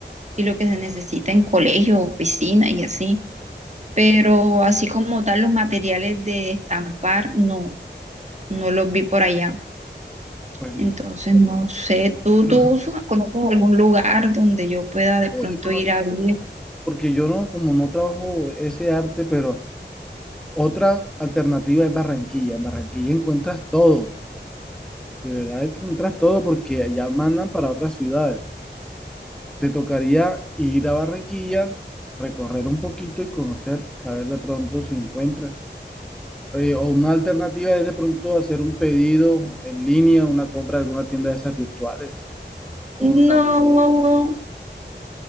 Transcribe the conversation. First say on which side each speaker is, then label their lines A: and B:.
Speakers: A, on the right (about 40°); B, in the centre.
A: y lo que se necesita en colegio, oficina y así. Pero así como tal, los materiales de estampar, no, no los vi por allá.
B: Pues no,
A: Entonces, no sé, ¿tú,
B: no,
A: tú
B: <laughs>
A: usas- conoces algún lugar donde yo pueda de pronto
B: no de conocer,
A: ir a ver?
B: porque yo no, como no trabajo ese arte, pero Otra alternativa es Barranquilla. En Barranquilla encuentras todo. De verdad es que encuentras todo porque allá mandan para otras ciudades. Te tocaría ir a Barranquilla, recorrer un poquito y conocer, a ver de pronto si encuentras. Eh, o una alternativa es de pronto hacer un pedido en línea, una compra de alguna tienda de esas virtuales. O
A: No,
B: tam-